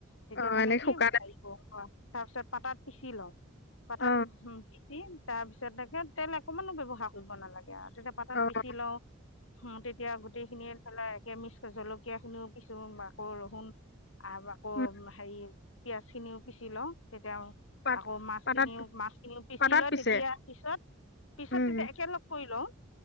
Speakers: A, on the left; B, on the left.
A: তেতিয়া
B: অ,
A: মানে
B: এনেকে
A: কি
B: শুকান
A: <unintelligible> হেৰি গৰম কৰা, তাৰ পিছত পাটাত পিচি লওঁ। পাটাত
B: অ,
A: হুম, পিচি তাৰ পিছত তেখেত তেল একমানো ব্যৱহাৰ কৰিব নালাগে আৰ। যেতিয়া পাতত
B: অ,
A: পিচি লওঁ হুম, তেতিয়া গোটেই খিনি ফেলাই কেমিচক জলকীয়াখিনিও পিছু মাকৰ ৰহুন আবাক
B: উম,
A: হেৰি পিয়াজ খিনিও পিচি লওঁ তেতিয়াও
B: পাত
A: আকৌ মাছখিনিও
B: পাতাত
A: মাছখিনিও পিচি
B: পাতাত
A: লয়
B: পিছে?
A: তেতিয়া পিছত পিছত
B: উম,
A: তেতিয়া একেলগ কৰি লওঁ,